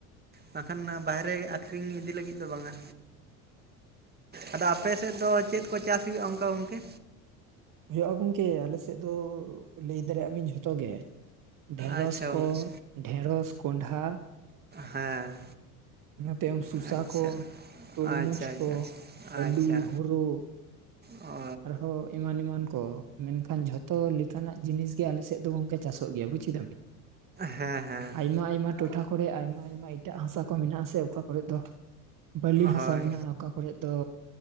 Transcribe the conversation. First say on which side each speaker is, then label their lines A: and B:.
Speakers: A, on the right; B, on the right.
A: ᱵᱟᱠᱷᱟᱱ ᱵᱟᱦᱨᱮ ᱟᱠᱷᱨᱤᱧ ᱤᱫᱤ ᱞᱟᱹᱜᱤᱫ ᱫᱚ ᱵᱟᱝᱼᱟ᱾ ᱟᱫᱚ ᱟᱯᱮ ᱥᱮᱫ ᱫᱚ ᱪᱮᱫ ᱠᱚ ᱪᱟᱥ ᱦᱩᱭᱩᱜᱼᱟ ᱚᱱᱠᱟ ᱜᱚᱝᱠᱮ?
B: ᱦᱩᱭᱩᱜᱼᱟ ᱜᱚᱝᱠᱮ ᱟᱞᱮ ᱥᱮᱫ ᱫᱚ ᱞᱟᱹᱭ ᱫᱟᱲᱮᱭᱟᱜ ᱵᱤᱱ ᱡᱷᱚᱛᱚ ᱜᱮ᱾ ᱰᱷᱮᱲᱚᱥ
A: ᱟᱪᱪᱷᱟ
B: ᱠᱚ
A: ᱜᱚᱝᱠᱮ
B: ᱰᱷᱮᱲᱚᱥ ᱠᱚᱸᱱᱰᱟᱦᱟ
A: ᱦᱮᱸ
B: ᱚᱱᱟ ᱛᱟᱭᱚᱢ ᱥᱚᱥᱟ
A: ᱟᱪᱪᱷᱟ
B: ᱠᱚ ᱛᱚᱨᱢᱩᱡ
A: ᱟᱪᱪᱷᱟ ᱟᱪᱪᱷᱟ
B: ᱠᱚ ᱟᱹᱞᱩ
A: ᱟᱪᱪᱷᱟ
B: ᱦᱚᱨᱚ
A: ᱚ
B: ᱟᱨᱦᱚᱸ ᱮᱢᱟᱱ ᱮᱢᱟᱱ ᱠᱚ ᱢᱮᱱᱠᱷᱟᱱ ᱡᱷᱚᱛᱚ ᱞᱮᱠᱟᱱᱟᱜ ᱡᱤᱱᱤᱥ ᱠᱤ‌ ᱟᱞᱮ ᱥᱮᱜ ᱫᱚ ᱜᱚᱝᱠᱮ ᱪᱟᱥᱚᱜ ᱜᱮᱭᱟ ᱵᱩᱪ ᱠᱮᱫᱟ ᱵᱤᱱ,
A: ᱦᱮᱸ ᱦᱮᱸ
B: ᱟᱭᱢᱟ ᱟᱭᱢᱟ ᱴᱚᱴᱷᱟ ᱠᱚᱨᱮ ᱟᱭᱢᱟ ᱟᱭᱢᱟ ᱮᱴᱟᱜ ᱦᱟᱥᱟ ᱠᱚ ᱢᱮᱱᱟᱜ-ᱟ ᱥᱮ ᱚᱠᱟ ᱠᱚᱨᱮ ᱫᱚ ᱵᱟᱹᱞᱤ ᱦᱟᱥᱟ
A: ᱦᱳᱭ
B: ᱢᱤᱱᱟᱜ-ᱟ ᱚᱠᱟ ᱠᱚᱨᱮ ᱫᱚ